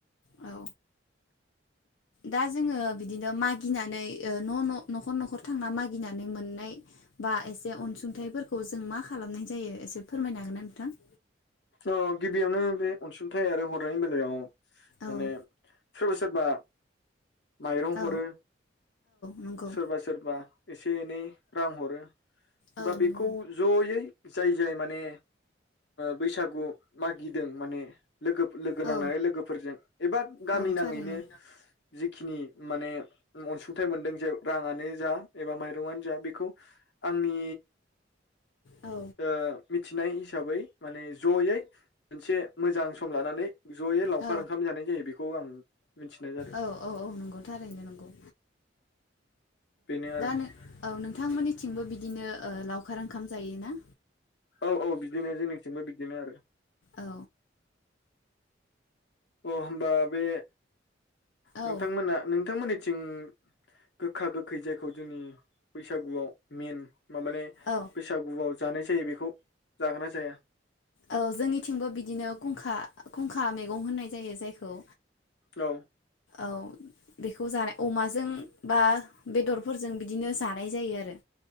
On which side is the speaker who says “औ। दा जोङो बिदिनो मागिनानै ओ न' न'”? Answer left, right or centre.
Left